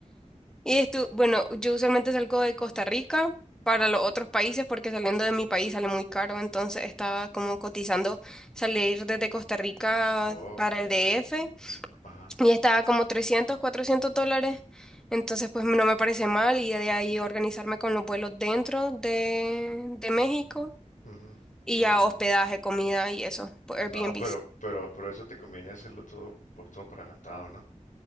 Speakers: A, in the centre; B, on the left.
A: y esto, bueno, yo usualmente salgo de Costa Rica para los otros países porque saliendo de mi país sale muy caro, entonces estaba como cotizando salir desde Costa Rica
B: Oh,
A: para el DF
B: ajá.
A: y estaba como 300 400 dólares. Entonces, pues no me parece mal y de ahí organizarme con los vuelos dentro de, de México
B: ujú.
A: y
B: Mm,
A: ya hospedaje, comida y eso, por Airbnbs.
B: no, pero, pero, pero eso te conviene hacerlo todo por todo por adelantado, ¿no?